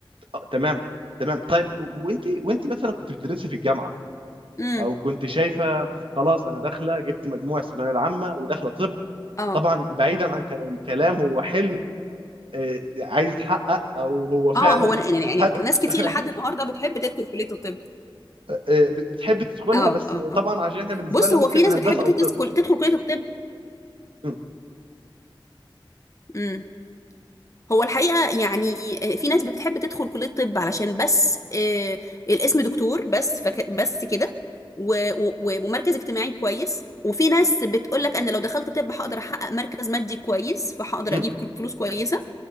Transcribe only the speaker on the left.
امم
اه
اه هو أنا يعني يعني
ناس كتير
لحد النهارده بتحب تدخل كلية الطب
اه
اه
بص
هو
في ناس
بتحب تدرس
كل... تدخل كلية الطب
امم هو الحقيقة يعني آه، في ناس بتحب تدخل كلية طب علشان بس آه، الاسم دكتور بس فك بس كده و- و- ومركز اجتماعي كويس وفي ناس بتقول لك انا لو دخلت طب هقدر احقق مركز مادي كويس فهقدر
اجيب كل- فلوس كويسة